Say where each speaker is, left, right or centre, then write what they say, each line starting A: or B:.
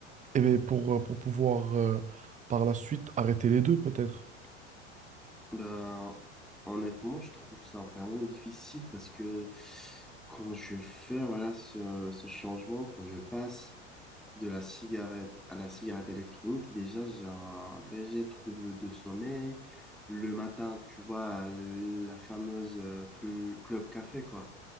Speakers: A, on the right (about 20°); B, in the centre.
A: eh bien, pour, euh, pour pouvoir euh, par la suite arrêter les deux peut-être.
B: Ben, honnêtement, je trouve ça vraiment difficile parce que quand je fais voilà, ce, ce changement, quand je passe de la cigarette à la cigarette électronique, déjà j'ai un léger trouble de sommeil. Le matin, tu vois, la fameuse euh, cl- club café, quoi.